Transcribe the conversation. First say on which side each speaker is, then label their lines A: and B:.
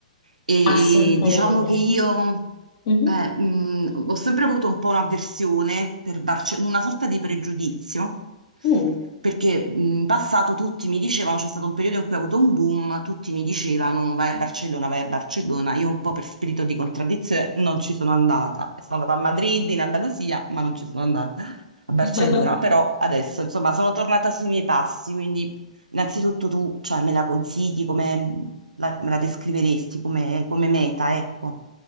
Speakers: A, on the right; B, on the left.
A: E,
B: Assolutamente.
A: diciamo che io
B: Mhm.
A: eh, mh, ho sempre avuto un po' un'avversione per Barce- una sorta di pregiudizio.
B: Mm.
A: Perché mh, in passato tutti mi dicevano, c'è stato un periodo in cui ha avuto un boom, tutti mi dicevano vai a Barcellona, vai a Barcellona. Io un po' per spirito di contraddizione non ci sono andata. Sono andata a Madrid, in Andalusia, ma non ci sono andata a Barcellona,
B: <laughs>
A: però adesso insomma sono tornata sui miei passi, quindi innanzitutto tu cioè, me la consigli, come mm, la, me la descriveresti come, come meta, ecco.